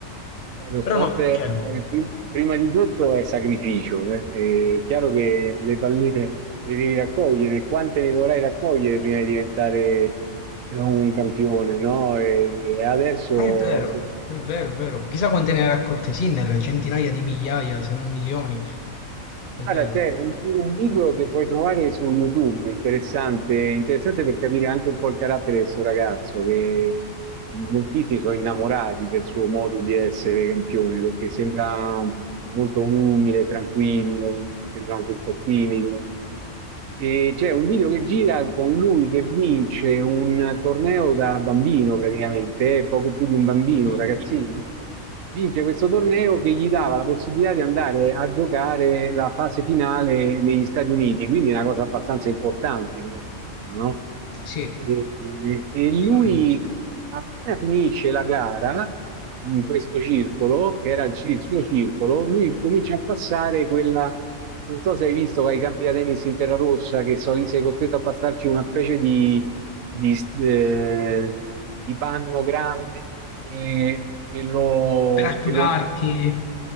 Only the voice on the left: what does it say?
Però no,
cioè, no.
Eh, È vero,
è vero, è vero. Chissà quante ne ha raccolte Sinner, centinaia di migliaia, se non milioni. È
vero.
Mhm.
Sì,
giustamente.
Per asciugarti,